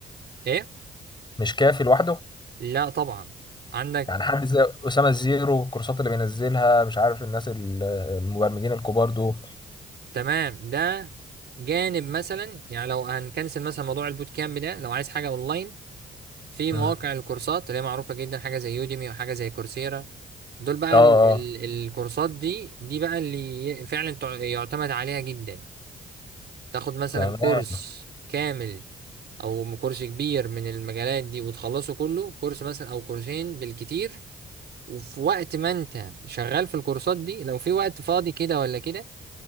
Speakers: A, on the right; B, on the left.
A: ايه
B: مش كافي لوحده
A: لا طبعا عندك
B: يعني حد زي أسامة الزيرو والكورسات اللي بينزلها مش عارف الناس ال- المبرمجين الكبار دول
A: تمام ده جانب مثلا يعني لو هنكنسل مثلا موضوع البوت كامب ده لو عايز حاجة اونلاين في
B: مم.
A: مواقع الكورسات اللي هي معروفة جدا حاجة زي يوديمي وحاجة زي كورسيرا دول بقى
B: اه اه
A: ال ال الكورسات دي دي بقى اللي ي- فعلا تع- يعتمد عليها جدا تاخد مثلا
B: تمام
A: كورس كامل او كورس كبير من المجالات دي وتخلصه كله كورس مثلا او كورسين بالكتير وفي وقت ما انت شغال في الكورسات دي لو في وقت فاضي كده ولا كده